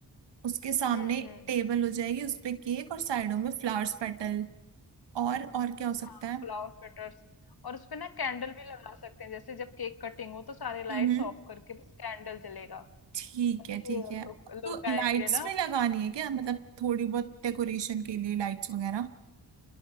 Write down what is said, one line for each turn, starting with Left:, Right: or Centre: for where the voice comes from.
Right: उसके सामने
Left: हम्म हम्म
Right: टेबल
Left: हम्म,
Right: हो जाएगी उस पे केक और साइडों में फ्लावर्स पेटल और और क्या हो सकता
Left: हाँ
Right: है
Left: फ्लावर पेटर्स और उसपे ना कैंडल भी लगा सकते हैं जैसे जब केक कटिंग हो तो सारे लाइट्स
Right: हम्म
Left: ऑफ करके बस कैंडल जलेगा
Right: ठीक
Left: अच्छे
Right: है ठीक है
Left: लोग लोग
Right: तो लाइट्स
Left: आएंगे ना
Right: में लगानी है क्या मतलब थोड़ी बहुत डेकोरेशन के लिए लाइट्स वगैरह